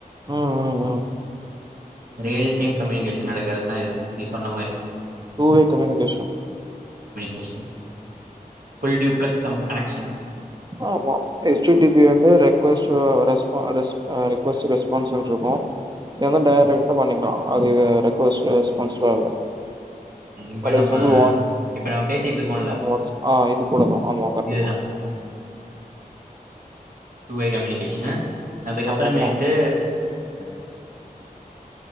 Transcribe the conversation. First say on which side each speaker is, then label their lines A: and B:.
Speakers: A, on the right; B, on the right.
A: உம் உம் உம்
B: ரியல் டைம் கம்யூனிகேஷன் நடக்கிறதுதா இது நீ சொன்ன மாரி
A: டூ வே கம்யூனிகேஷன்
B: கேஷன் ஃபுல் டியூப்ளக்ஸ் தம் கனக்ஷன்
A: ஆமா எஸ்டடிபி வந்து ரெக்வெஸ்ட் ரெஸ்பா ரெஸ் ரிக்வெஸ்ட் ரெஸ்பான்ஸ்ன்று இருக்கு இத டைரக்ட்டா பண்ணிக்கலா அது ரெக்வெஸ்ட் ரெஸ்பான்ஸ்ல எல்லா
B: இப்போ
A: ஃபார் எக்ஸாம்பிள்
B: நம்ம இப்போ நம்ம பேசிட்டு இருக்கோம்ல
A: வா ஆ இது கூடதா ஆமா கரெக்டுதா
B: இதுதான் டூ வே கம்யூனிகேஷன் அதுக்கப்புறமேட்டு
A: ஆமா ஆமா
B: தெ